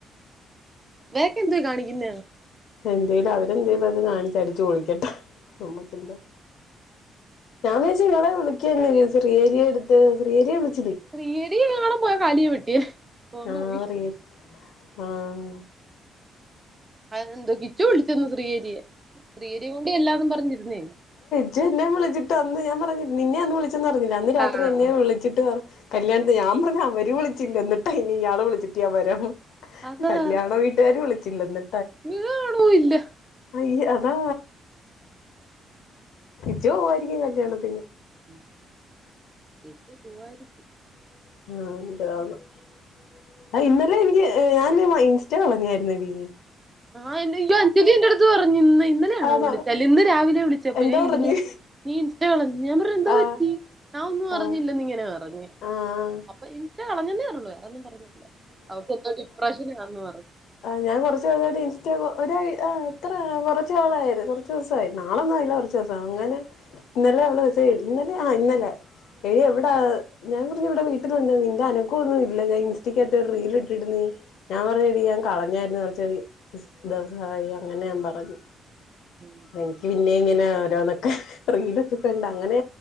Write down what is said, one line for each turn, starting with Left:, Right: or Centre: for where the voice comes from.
Right: ബാഗ് എന്തുവാ കാണിക്കുന്നേ.
Left: എന്തേലും അവരെന്തേലും കാണിച്ച് അടിച്ചു പൊളിക്കട്ടെ. നമുക്കെന്താ ഞാൻ വിചാ ച്ചു നിങ്ങള് വിളിക്കുമെന്ന് വിചാരിച്ചു ശ്രീഹരിയുടെ അടുത്ത് ശ്രീഹരിയെ വിളി
Right: ശ്രീഹരിയെ കാണാൻ പോയപ്പോ കാലിയ വെട്ടിയ അതുകൊണ്ട്
Left: ആഹ്
Right: പോയി.
Left: റീ ആഹ്
Right: അതെന്താ കിച്ചു വിളിച്ചന്ന് ശ്രീഹരിയെ. ശ്രീഹരിയെ കൊണ്ട് ചെല്ലാനെ പറഞ്ഞോണ്ട് ഇരുന്നേ.
Left: ജ്ജ് എന്നെ വിളിച്ചിട്ട് അന്ന് ഞാൻ പറഞ്ഞു നിന്നെ ഒന്ന് വിളി ച്ചെന്ന് പറഞ്ഞില്ലേ അന്ന് രാത്രി
Right: ആഹ്
Left: എന്നെ വിളിച്ചിട്ട് പറ് കല്യാണത്തിന് ഞാ പറഞ്ഞ് അവര് വിളിച്ചില്ല എന്നിട്ടേ- ഇ ഇയാള് വിളിച്ചിട്ടേ ഞ വര
Right: അതാ
Left: കല്യാണ വീട്ടുകാര് വിളിച് ചില്ലന്ന്-
Right: നീ ആണോ ഇല്ല-
Left: അയ്യ അതാ കിച്ചു പോവായിരിക്കും കല്യാണത്തിങ്-
Right: ഉ ഇന്ന് പോവായിരിക്കും -
Left: <inaudible> ആഹ ഇന്നെല്ലെ എനിക്ക് ഞാനല്ല- ഇൻസ്റ്റ കളഞ്ഞായിരരുന്നോടി നീ-
Right: ആഹ് എന്നയ്യൊ അഞ്ജലി എന്റെ അടുത്ത് പറഞ്ഞ്ന്ന്- ഇന്നലാണ
Left: ആണോ
Right: വിളിച്ച ഇന്ന് രാവിലെ വിളിച്ചപ്പോ
Left: എന്താ
Right: ഞൻ
Left: പറഞ്ഞ്
Right: ഇതിന്റെ നീ- ള <unintelligible> ഞാൻ പറഞ്ഞ എന്താ
Left: ആഹ്
Right: പറ്റി ഞാൻ ഒന്നും പറഞ്ഞില്ലന്ന്
Left: ആഹ്
Right: ഇങ്ങനെ പറഞ്ഞഞ്
Left: ആഹ്
Right: അപ്പൊ ഇ- പറഞ്ഞന്നേയുള്ളു വേറെ ഒന്നും പറഞ്ഞില്ല അവക്കെന്തോ ഡിപ്രഷനാണെന്ന് പറഞ്ഞു
Left: ആ് ഞാൻ കുറച്ച ദിവസമായിട്ട് ഇൻസ്റ്റഗ്ര ഒ ആ് അത്ര കുറച്ച ആളായി കുറച്ചു ദിവസയി നാളൊന്നും ആയില്ല കുറച്ച് ദിവസ അങ്ങനെ ഇന്നലെ അവൾ വിസ ഇന്നലെ ആ ഇന്നലെ എടി എവിടാ ഞാൻ പറഞ്ഞു ഇവിടെ വീട്ടിലുണ്ട് നിന്റെ അനുക്കവം ഒന്നും ഇില്ല ഞാൻ ഇൻസ്റ്റക്കകത്ത് ഒരു റീൽ ഇട്ടിന്ന് ഞാൻ പറഞ്ഞു, കളഞ്ഞായിരുന്നു കുറച്ചൊടി ദിവസമായി അങ്ങനെ ഞാൻ പറഞ്ഞു
Right: ആഹ്
Left: എനിക്ക് പിന്നെ ഇങ്ങനെ ഓരോന്ന് ഒക്കെ റീൽ ഒക്കെ കണ്ടോ അങ്ങനെ